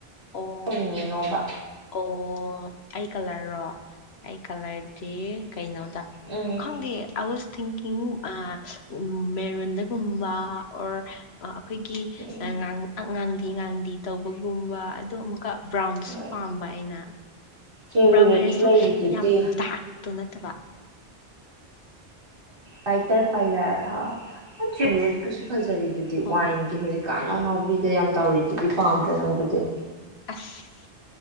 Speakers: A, on the left; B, on the right.
A: ꯑꯣ
B: ꯇꯧꯅꯤꯡꯉꯤꯅꯣꯕ
A: ꯑꯣ ꯑꯩ ꯀꯂ꯭ꯔꯔꯣ ꯑꯩ ꯀꯂ꯭ꯔꯗꯤ ꯀꯩꯅꯣꯗ
B: ꯎꯝ
A: ꯈꯪꯗꯦ ꯑ ꯋꯤꯁ ꯊꯤꯡꯀꯤꯡ ꯑ ꯃꯦꯔꯨꯟꯗꯒꯨꯝꯕ ꯑꯣꯔ ꯑꯈꯣꯏꯒꯤ
B: ꯎꯝ
A: ꯑ ꯉꯥꯡ ꯉꯥꯡꯂꯤ-ꯉꯥꯡꯂꯤ ꯇꯧꯕꯒꯨꯝꯕ ꯑꯗꯣ ꯑꯃꯨꯛꯀ ꯕ꯭ꯔꯥꯎꯟꯗꯁꯨ
B: ꯍꯣꯏ
A: ꯄꯥꯝꯕ ꯑꯩꯅ
B: ꯆꯦꯔꯤ
A: ꯕ꯭ꯔꯥꯎꯟ
B: ꯔꯦꯠꯁꯨ
A: ꯍꯥꯏꯔꯁꯨ
B: ꯂꯩꯔꯤꯗꯨꯗꯤ
A: ꯌꯥꯝ ꯗꯔꯛ ꯇꯨꯅꯠꯕ
B: ꯕꯥꯏꯇꯔ ꯄꯂꯔ <unintelligible> ꯐꯖꯔꯤꯗꯨꯗꯤ
A: ꯍꯣꯏ
B: ꯋꯥꯏꯟꯒꯤ ꯍꯧꯖꯤꯛ ꯀꯥꯅꯧꯅꯧꯕꯤꯗ ꯌꯥꯝ ꯇꯧꯔꯤꯗꯨꯗꯤ ꯄꯥꯝꯗ꯭ꯔꯦ ꯅꯪ ꯑꯗꯨꯗꯤ
A: ꯑꯁ